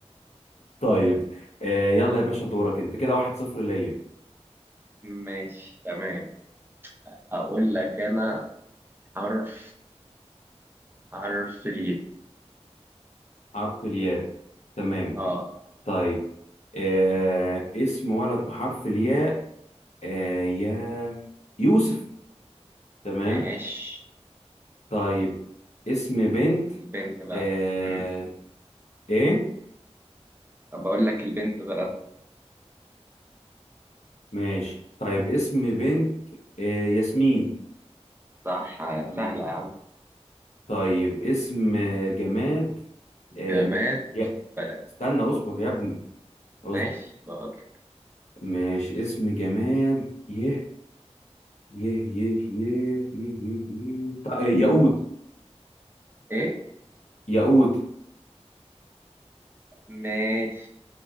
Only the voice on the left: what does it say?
طيب آه يلا يا باشا دورك انت كده واحد صفر ليا
حرف الياء تمام
طيب آه اسم ولد بحرف الياء آه يا
يوسف تمام
طيب اسم بنت
آه
ايه
ماشي طيب اسم بنت آه ياسمين
تمام
طيب اسم جماد
آه يا
استنى اصبر يا ابني
اصبر
ماشي اسم جماد يه يه يه يه يه يه, يه. طيب ياقوت
ياقوت